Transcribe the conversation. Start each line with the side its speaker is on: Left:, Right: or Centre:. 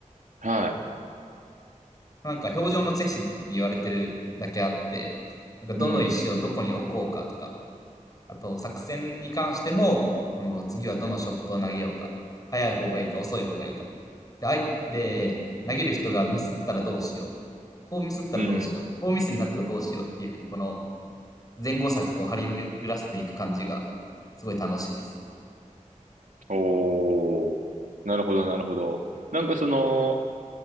Right: はい。
Left: なんか表情のチェスって言われてるだけあって、なんかどの石をどこに置こうかとか、
Right: うん。
Left: あと作戦に関しても、この次はどのショットを投げようか、早い方がいいか遅い方がいいか。で、あいで投げる人がミスったらどうしよう。こうミスったらどうしよう。
Right: うん。
Left: こうミスになったらどうしようっていうふうに、この前後策を張り巡らせていく感じが、すごい楽しいです。
Right: おー。なるほど、なるほど。なんかその、